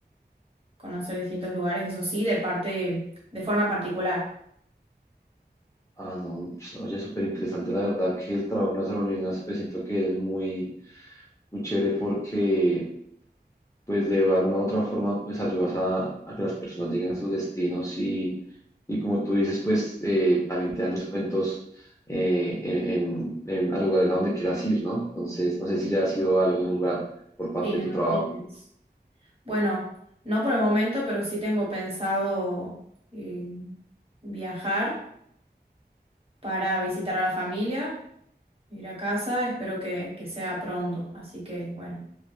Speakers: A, on the right (about 35°); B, on the left (about 15°).
A: conocer distintos lugares, eso sí, de parte, de forma particular.
B: Ah, no, pues, oye, súper interesante, la verdad que el trabajo con las aerolíneas, pues siento que es muy, muy chévere porque, pues de alguna u otra forma, pues ayudas a, a que las personas lleguen a sus destinos y, y como tú dices, pues eh, también te dan descuentos eh, en, en, en- a lugares a donde quieras ir, ¿no? Entonces, no sé si ya has ido a algún lugar por parte
A: Sí, en
B: de tu
A: los
B: trabajo.
A: tickets. Bueno, no por el momento, pero sí tengo pensado eh, viajar. para visitar a la familia, ir a casa, espero que, que sea pronto, así que bueno,